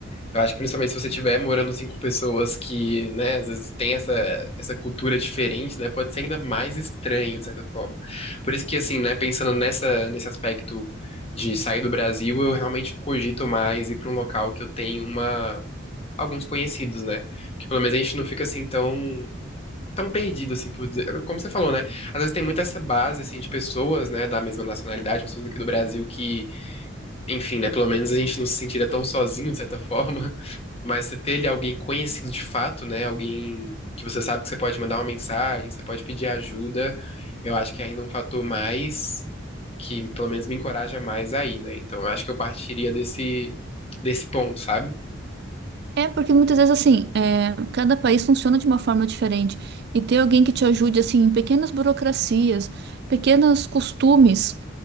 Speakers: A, on the left (about 30°); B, on the right (about 55°).
A: Eu acho que principalmente se você estiver morando assim, com pessoas que, né, às vezes tem essa, essa cultura diferente, né, pode ser ainda mais estranho, de certa forma. Por isso que, assim, né, pensando nessa, nesse aspecto de sair do Brasil, eu realmente cogito mais ir para um local que eu tenho uma, alguns conhecidos, né? Que pelo menos a gente não fica assim tão. Tão perdido, assim, por dizer. Como você falou, né? Às vezes tem muito essa base, assim, de pessoas, né, da mesma nacionalidade, pessoas aqui do Brasil que, enfim, né, pelo menos a gente não se sentiria tão sozinho, de certa <laughs> forma. Mas você ter ali alguém conhecido de fato, né? Alguém que você sabe que você pode mandar uma mensagem, você pode pedir ajuda, eu acho que é ainda um fator mais que pelo menos me encoraja mais aí, né? Então eu acho que eu partiria desse, desse ponto, sabe?
B: É, porque muitas vezes, assim, é, cada país funciona de uma forma diferente. E ter alguém que te ajude, assim, em pequenas burocracias, pequenos costumes,